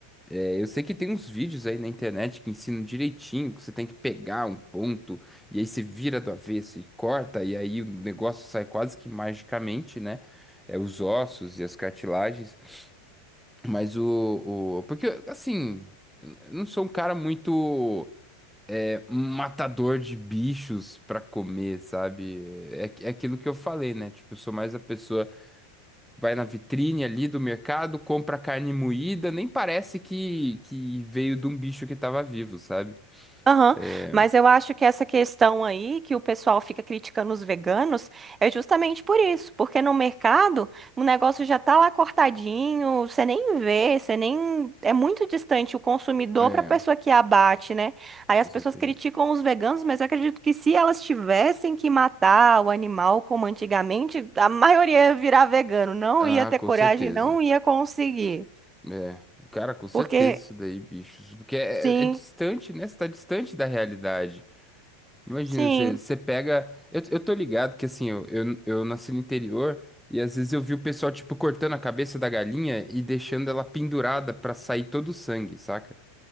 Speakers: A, in the centre; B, on the right.
A: É, eu sei que tem uns vídeos aí na internet que ensinam direitinho, que você tem que pegar um ponto e aí você vira do avesso e corta, e aí o negócio sai quase que magicamente, né? É, os ossos e as cartilagens. Mas o, o- Porque, assim, eu não sou um cara muito é, matador de bichos pra comer, sabe? É, é aquilo que eu falei, né? Tipo, eu sou mais a pessoa vai na vitrine ali do mercado, compra carne moída, nem parece que, que veio de um bicho que estava vivo, sabe?
B: Aham,
A: É,
B: Mas eu acho que essa questão aí que o pessoal fica criticando os veganos é justamente por isso, porque no mercado o negócio já tá lá cortadinho, você nem vê, você nem. É muito distante o consumidor
A: é,
B: para a pessoa que abate, né? Aí
A: com
B: as
A: certeza.
B: pessoas criticam os veganos, mas eu acredito que se elas tivessem que matar o animal como antigamente, a maioria ia virar vegano, não
A: Ah,
B: ia ter
A: com
B: coragem,
A: certeza.
B: não ia conseguir.
A: É, cara, com certeza
B: Porque,
A: isso daí, bichos. Porque é,
B: sim,
A: é distante, né? Você tá distante da realidade. Imagina,
B: sim.
A: você, você pega. Eu, eu tô ligado que assim, eu, eu, eu nasci no interior e às vezes eu vi o pessoal, tipo, cortando a cabeça da galinha e deixando ela pendurada pra sair todo o sangue, saca?